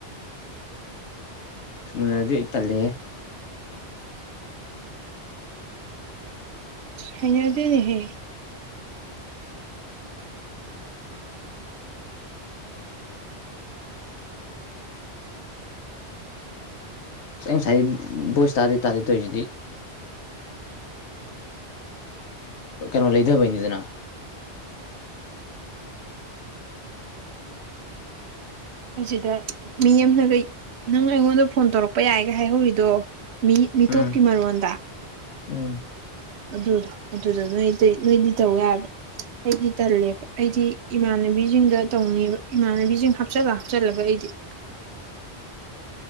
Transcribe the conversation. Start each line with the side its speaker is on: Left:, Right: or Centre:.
Left: ꯑꯃꯅ ꯑꯗꯨ ꯑꯩ ꯇꯜꯂꯦ
Right: ꯍ ꯑꯗꯨꯅꯤꯍꯌꯦ
Left: ꯑꯩ ꯉꯁꯥꯏꯒꯤ ꯚꯣꯏꯁ ꯇꯥꯔꯗꯤ ꯇꯥꯔꯦ ꯇꯣꯏꯁꯤꯗꯤ ꯀꯩꯅꯣ ꯂꯩꯗꯕ ꯂꯤꯗꯅ
Right: ꯑꯗꯨꯗ ꯃꯤ ꯑꯃꯅꯒꯩ ꯅꯪ ꯑꯩꯉꯣꯟꯗ ꯐꯣꯟ ꯇꯧꯔꯛꯄ ꯌꯥꯏꯒ ꯍꯥꯏꯍꯧꯔꯤꯗꯣ ꯃꯤ ꯃꯤꯇꯣꯞꯀꯤ
Left: ꯎꯝ
Right: ꯃꯔꯣꯟꯜꯗ
Left: ꯎꯝ
Right: ꯑꯗꯨꯗꯣ ꯑꯗꯨꯗꯣ ꯅꯣꯏ ꯅꯣꯏꯗꯤ ꯇꯧꯦ ꯍꯥꯏꯕ ꯑꯩꯗꯤ ꯇꯜꯂꯦꯕ ꯑꯩꯗꯤ ꯏꯃꯥꯟꯅꯕꯤꯁꯤꯡꯒ ꯇꯧꯅꯦꯕ ꯏꯃꯥꯟꯅꯕꯤꯁꯤꯡ ꯍꯥꯞꯆꯜꯂꯒ ꯍꯥꯞꯆꯜꯂꯒ ꯑꯩꯗꯤ <unintelligible>